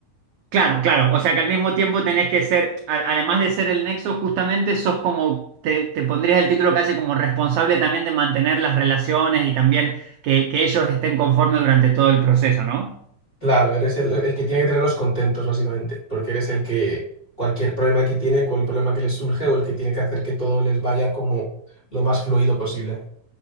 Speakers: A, on the right; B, on the left.
A: Claro, claro, o sea que al mismo tiempo tenés que ser, a- además de ser el nexo, justamente sos como, te, te pondrías el título casi como responsable también de mantener las relaciones y también que, que ellos estén conformes durante todo el proceso, ¿no?
B: Claro, eres el, el que tiene que tenerlos contentos, básicamente, porque eres el que cualquier problema que tiene, cualquier problema que les surge o el que tiene que hacer que todo les vaya como lo más fluido posible.